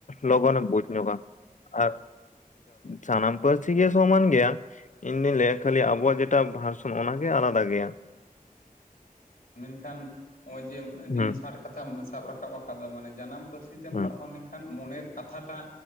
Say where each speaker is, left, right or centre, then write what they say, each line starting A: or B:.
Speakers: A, on the left; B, on the left.
A: ᱞᱚᱜᱚᱱᱮ ᱵᱩᱡᱽ ᱧᱚᱜᱼᱟ ᱟᱨ ᱥᱟᱱᱟᱢ ᱯᱟᱹᱨᱥᱤ ᱜᱮ ᱥᱚᱢᱟᱱ ᱜᱮᱭᱟ ᱾ ᱤᱧ ᱫᱩᱧ ᱞᱟᱹᱭᱟ ᱠᱷᱟᱹᱞᱤ ᱟᱵᱚᱣᱟᱜ ᱡᱮᱴᱟ ᱵᱷᱟᱨᱥᱚᱱ ᱚᱱᱟ ᱜᱮ ᱟᱞᱟᱫᱟ ᱜᱮᱭᱟ ᱾
B: <inaudible> ᱢᱮᱱ ᱠᱷᱟᱱ ᱱᱚᱜᱼᱚᱭ ᱡᱮ ᱟᱹᱰᱤ
A: ᱦᱩᱸ
B: ᱪᱷᱟᱴ ᱠᱟᱛᱷᱟᱢ ᱥᱟᱵ ᱨᱟᱠᱟᱵ ᱟᱠᱟᱫᱟ ᱢᱟᱱᱮ ᱡᱟᱱᱟᱢ ᱯᱟᱹᱨᱥᱤ ᱛᱮᱢ
A: ᱦᱩᱸ
B: ᱯᱟᱲᱦᱟᱣ ᱞᱮᱱ ᱠᱷᱟᱱ ᱢᱚᱱᱮᱨ ᱠᱟᱛᱷᱟᱴᱟᱜ